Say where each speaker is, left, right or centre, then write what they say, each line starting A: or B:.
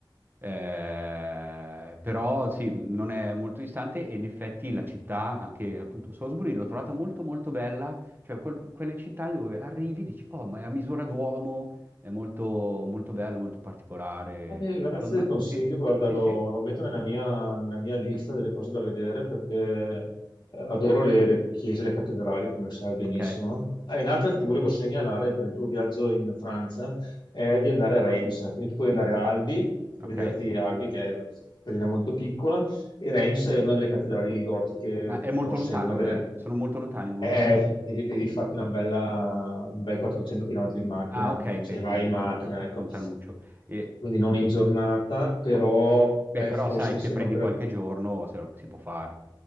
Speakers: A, on the right; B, on the left.
A: Eh, però sì, non è molto distante e in effetti la città, anche appunto Salisbury, l'ho trovata molto molto bella, cioè quel- quelle città dove arrivi e dici, oh, ma è a misura d'uomo, è molto, molto bello, molto particolare.
B: Ah, beh, grazie
A: Secondo
B: del
A: me,
B: consiglio,
A: sì,
B: guarda,
A: sì,
B: lo,
A: sì.
B: lo metto nella mia, nella mia lista
A: Eh,
B: delle cose da vedere perché eh, adoro le, le chiese, le cattedrali, come sai benissimo.
A: Ok,
B: Ah, E un'altra che ti volevo segnalare per il tuo viaggio in Francia è di andare a Reims, quindi tu puoi andare a Albi, per
A: ok.
B: vederti Albi che è una cittadina molto piccola, e Reims è una delle cattedrali gotiche,
A: Ma è molto
B: forse
A: lontano,
B: una delle
A: da- sono molto lontani i due
B: Eh,
A: posti.
B: devi, devi farti una bella, un bel 400 km in macchina,
A: Ah, ok,
B: se
A: beh,
B: vai
A: quindi
B: in macchina,
A: lontan-
B: ecco.
A: lontanuccio. E,
B: Quindi non in giornata, però
A: beh,
B: eh,
A: però
B: forse
A: sai,
B: insieme
A: se prendi
B: a quella
A: qualche giorno se lo- si può fare.